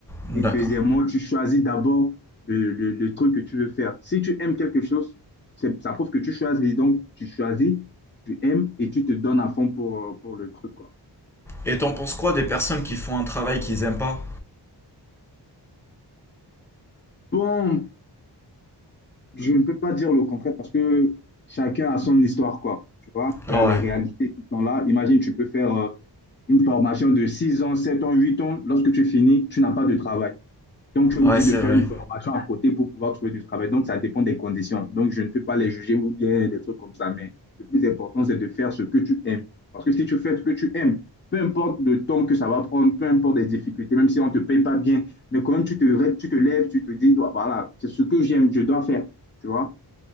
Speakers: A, in the centre; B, on the left.
A: d'accord.
B: Et deuxièmement, tu choisis d'abord le, le- le truc que tu veux faire. Si tu aimes quelque chose, ça prouve que tu choisis. Donc, tu choisis, tu aimes et tu te donnes à fond pour, euh, pour le truc, quoi.
A: Et t'en penses quoi des personnes qui font un travail qu'ils aiment pas?
B: Bon, je ne peux pas dire le contraire parce que chacun a son histoire, quoi. Tu vois, il
A: Ouais,
B: y a les réalités qui sont là. Imagine, tu peux faire euh, une formation de 6 ans, 7 ans, 8 ans. Lorsque tu finis, tu n'as pas de travail. Donc, tu es obligé
A: ouais, c'est
B: de faire
A: vrai.
B: une formation à côté pour pouvoir trouver du travail. Donc, ça dépend des conditions. Donc, je ne peux pas les juger ou bien des trucs comme ça. Mais le plus important, c'est de faire ce que tu aimes. Parce que si tu fais ce que tu aimes, peu importe le temps que ça va prendre, peu importe les difficultés, même si on ne te paye pas bien, mais quand même, tu te, tu te lèves, tu te dis, Ouais, voilà, c'est ce que j'aime, je dois faire. Tu vois?